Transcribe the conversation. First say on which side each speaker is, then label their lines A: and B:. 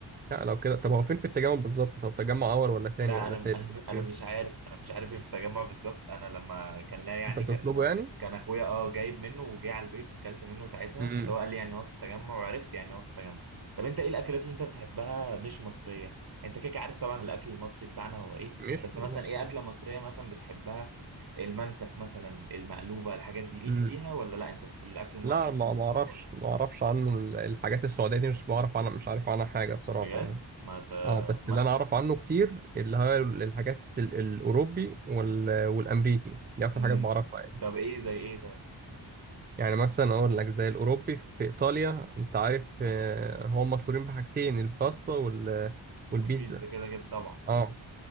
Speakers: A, on the right; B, on the right.
A: لا لو كده طب هو فين في التجمع بالظبط طب تجمع اول ولا تاني
B: لا
A: ولا
B: انا
A: تالت
B: انا انا
A: فين
B: مش عارف انا مش عارف ايه في التجمع بالظبط انا لما كان لا يعني
A: انت بتطلبه
B: كان
A: يعني
B: كان اخويا اه جايب منه وجه على البيت فكلت منه ساعتها
A: امم
B: بس هو قال لي يعني هو في التجمع وعرفت يعني هو في التجمع طب انت ايه الاكلات اللي انت بتحبها مش مصريه انت كده كده عارف طبعا الاكل المصري بتاعنا هو ايه
A: مش
B: بس
A: مصر
B: مثلا ايه اكله مصريه مثلا بتحبها المنسف مثلا المقلوبه الحاجات دي ليك
A: امم
B: فيها ولا لا انت الاكل المصري
A: لا
B: بتاعك
A: ما ما اعرفش
B: هو
A: ما اعرفش عنه ال- الحاجات السعوديه دي مش بعرف عنها مش عارف عنها حاجه الصراحه
B: بجد
A: يعني
B: ما ت...
A: اه بس
B: ما
A: اللي انا اعرف عنه كتير اللي هي ال- الحاجات ال- الاوروبي وال... والامريكي دي اكتر
B: مم.
A: حاجات بعرفها يعني
B: طب ايه زي ايه طيب
A: يعني مثلا اقول لك زي الاوروبي في ايطاليا انت عارف آه، هم مشهورين بحاجتين الباستا وال... والبيتزا
B: والبيتزا كده كده طبعا
A: اه